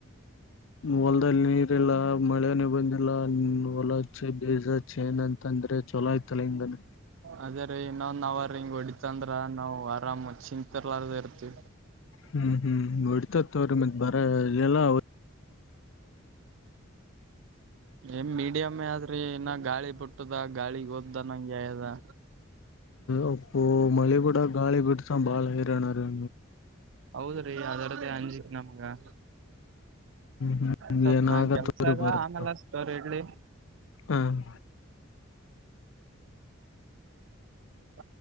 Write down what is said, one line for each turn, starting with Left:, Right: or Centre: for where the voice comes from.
Left: ಹೊಲ್ದಲ್ಲಿ ನೀರಿಲ್ಲ. ಮಳೆನೆ ಬಂದಿಲ್ಲ ಹೊಲ ಹಚ್ಚ್ ಬೀಜ ಹಚ್ಚನ್ ಅಂತಂದ್ರೆ ಚೊಲೋ ಆಯ್ತಲ್ಲ ಹಿಂಗನ್
Right: ಅದೇ ರೀ ಇನ್ನೊನ್ ಅವರ್ ಹಿಂಗ್ ಹೊಡಿತಂದ್ರ ನಾವು ಆರಾಮ್ ಚಿಂತಿರ್ಲಾರದ ಇರ್ತಿವಿ.
Left: ಹ್ಮ್ ಹ್ಮ್ ಹೊಡ್ತತ್ ತೋರಿ ಮತ್ ಬರೆ ಇಲ್ಲೆಲ್ಲಾ
Right: ಏನ್ ಮೀಡಿಯಂ ಆದ್ರೆ ಇನ್ನ ಗಾಳಿ ಬು ಟ್ಟದ ಗಾಳಿ ಓದ್ದ ನಂಗ್ ಆಗ್ಯದ
Left: ಅಪ್ಪೋ ಮಳೆ ಕೂಡ ಗಾಳಿ ಬಿಡತಾ ಬಾಳ ಹೈರನ ರ
Right: ಹೌದ್ರಿ ರಿ ಅದರದ್ದೇ ಅಂಜಿಕ್ ನಮ್ಗ
Left: ಹ್ಮ್
Right: ಸ್ವಲ್
Left: ಏನ್
Right: ನಂಗ್
Left: ಆಗತ್ತವ್ರಿ
Right: ಕೆಲ್ಸ ಅದ
Left: ಬರತ್
Right: ಆಮೇಲೆತವ್ರ ಇಡ್ಲಿ
Left: ಹ
Right: ಬ